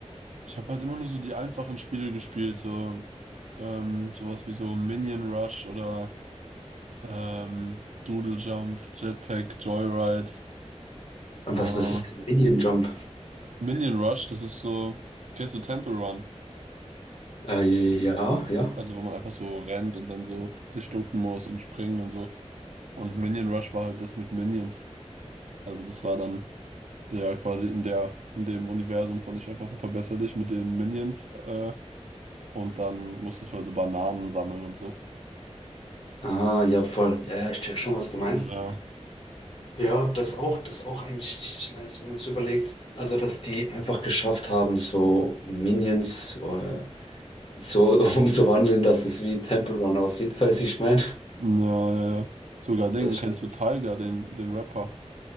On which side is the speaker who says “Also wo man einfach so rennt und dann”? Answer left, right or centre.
Right